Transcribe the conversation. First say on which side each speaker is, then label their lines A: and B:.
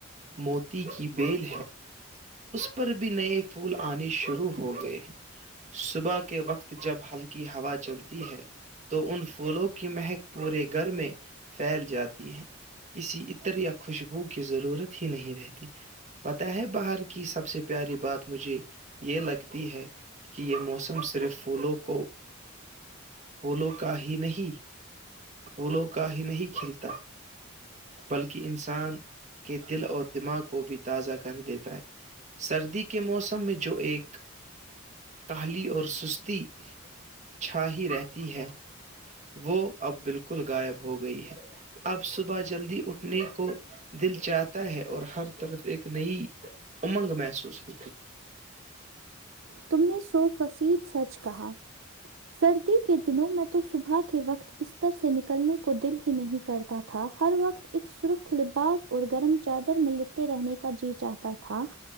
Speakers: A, on the right; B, on the right.
A: موتی کی بیل ہے اس پر بھی نئے پھول آنی شروع ہو گئے ہیں صبح کے وقت جب ہلکی ہوا چلتی ہے تو ان پھولوں کی مہک پورے گھر میں پھیل جاتی ہے کسی عطر یا خوشبو کی ضرورت ہی نہیں رہتی پتاہ ہے باہر کی سب سے پیاری بات مجھے یہ لگتی ہے کہ یہ موسم صرف پھولوں کو پولو کا ہی نہیں پولو کا ہی نہیں کھیلتا بلکہ انسان کے دل اور دماغ کو بھی تازہ کر دیتا ہے سردی کے موسم میں جو ایک کالی اور سستی چھا ہی رہتی ہے وہ اب بالکل غائب ہوگیا گئی ہے اب صبح جلدی اٹھنے کو دل چاہتا ہے اور ہر طرف ایک نئی امنگ محسوس ہوتی ہے
B: تم نے سو فصد سچ کہا <unintelligible> سردی کے دنوں میں تو صبح کے وقت بستر سے نکلنے کو دل ہی نہیں کرتا تھا ہر وقت ایک سرخت لباس اور گرم چادر میں لپٹے رہنے کا جی چ آتا <unintelligible> تھا